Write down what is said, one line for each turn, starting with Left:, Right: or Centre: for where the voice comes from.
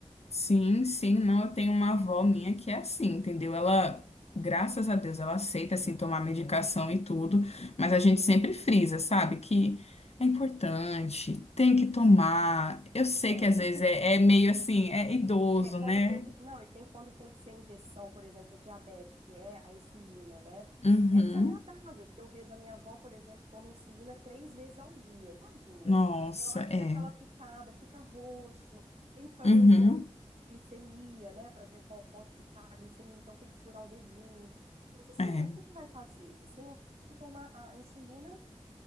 Left: Sim, sim, não, eu tenho uma avó minha que é assim, entendeu? Ela, graças a Deus, ela aceita assim tomar medicação e tudo, mas a gente sempre frisa, sabe? Que é importante, tem que tomar. Eu sei
Right: Tem.
Left: que às vezes é, é meio assim, é idoso,
Right: É, quando
Left: né?
Right: tem que, não, e tem quando tem que ser injeção, por exemplo, diabetes, que é a insulina, né?
Left: Uhum.
Right: É desagradável, porque eu vejo a minha avó, por exemplo, toma insulina três vezes ao dia, tadinha.
Left: Nossa,
Right: Tem hora
Left: é.
Right: que é aquela picada fica roxo, tem que fazer
Left: Uhum.
Right: o exame de glicemia, né, para ver qual quanto que tá a glicemia, então tem que furar o dedinho. Mas assim,
Left: É.
Right: o que que vai fazer? Se não tomar a insulina,